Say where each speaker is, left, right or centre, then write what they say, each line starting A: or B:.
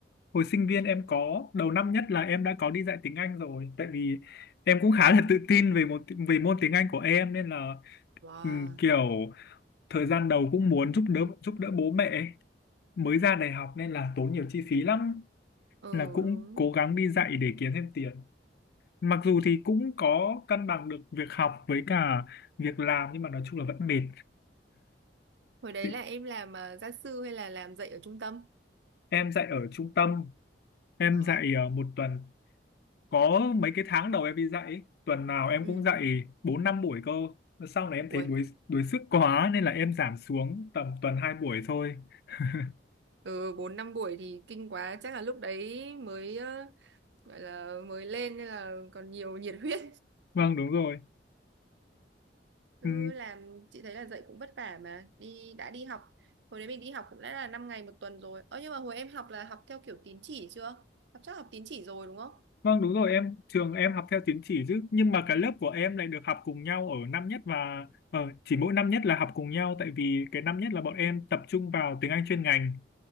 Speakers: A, on the left; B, on the right.
A: Hồi sinh viên em có đầu năm nhất là em đã có đi dạy tiếng Anh rồi, tại vì em cũng khá là tự tin về một về môn tiếng Anh của em nên là
B: wow
A: ừm, kiểu thời gian đầu cũng muốn giúp đỡ giúp đỡ bố mẹ ấy. Mới ra đại học nên là tốn nhiều chi phí lắm
B: ừ
A: là cũng
B: đúng
A: cố gắng đi dạy để kiếm thêm tiền. mặc dù thì cũng có cân bằng được việc học với cả việc làm nhưng mà nói chung là vẫn mệt
B: hồi đấy
A: Chị,
B: là em làm ờ, gia sư hay là làm dạy ở trung tâm
A: em dạy ở trung tâm em
B: ờ
A: dạy ờ, một tuần có mấy cái tháng đầu em đi dạy ấy, tuần nào em
B: ừ
A: cũng dạy 4 5 buổi cơ sau này em
B: ui
A: thấy đuối đuối sức quá nên là em giảm xuống tầm tuần hai buổi thôi <laughs>
B: ừ bốn năm buổi thì kinh quá chắc là lúc đấy mới ờ, gọi là mới lên nên là còn nhiều nhiệt huyết
A: vâng đúng rồi
B: Cứ
A: Ừ,
B: làm chị thấy là dạy cũng vất vả mà đi đã đi học hồi đấy mình đi học cũng đã là 5 ngày một tuần rồi ơ nhưng mà hồi em học là học theo kiểu tín chỉ chưa học chắc học tín chỉ rồi đúng không
A: Vâng đúng rồi em trường em học theo tín chỉ chứ nhưng mà cái lớp của em lại được học cùng nhau ở năm nhất và ờ, chỉ mỗi năm nhất là học cùng nhau tại vì cái năm nhất là bọn
B: Ừ.
A: em tập trung vào tiếng Anh chuyên ngành